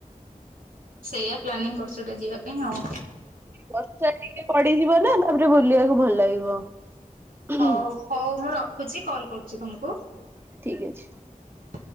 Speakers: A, on the right; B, on the right.
A: ସେଇୟା ପ୍ଲାନିଂ କରୁଛଟା ଯିବା ପାଇଁ ଆଉ।
B: ବର୍ଷା ଟିକେ ପଡିଯିବ ନା ତାପରେ ବୁଲିବାକୁ ଭଲ ଲାଗିବ। ହଁ
A: ହଉ ହଉ ମୁଁ ରଖୁଛି କଲ କରୁଛି ତମକୁ।
B: ଠିକ ଅଛି।
A: <inaudible>